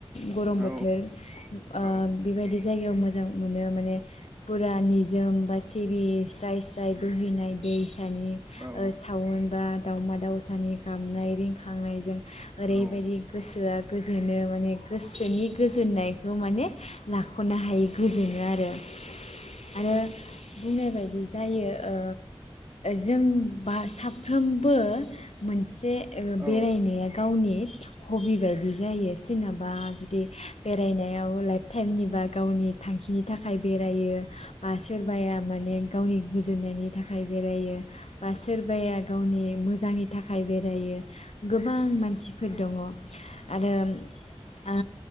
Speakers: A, on the left; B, on the right.
A: गरम
B: औ
A: बोथोर ओ
B: औ
A: बेबादि जायगायाव मोजां मोनो माने पुरा निजोम बा सिरि स्राय स्राय
B: औ
A: बोहैनाय दैसानि
B: औ औ
A: सावन
B: औ
A: बा दावमा दावउसानि गामनाय रिंखांनायजों ओरैबायदि
B: औ
A: गोसोआ गोजोनो। माने गोसोनि गोजोननायखौ माने लाख'नो हायि गोजोनो आरो। आरो। बुंनाय बायदि जायो ओ जों बा साफ्रोमबो मोनसे ओ
B: औ
A: बेरायनाया गावनि हबि बायदि जायो। सोरनाबा जुदि बेरायनायाव लाइफ टाइमनिबा गावनि थांखिनि थाखाय
B: औ
A: बेरायो। बा सोरबाया माने गावनि गोजोननायनि थाखाय बेरायो बा सोरबाया गावनि मोजांनि थाखाय बेरायो गोबां मानसिफोर दङ आरो ओ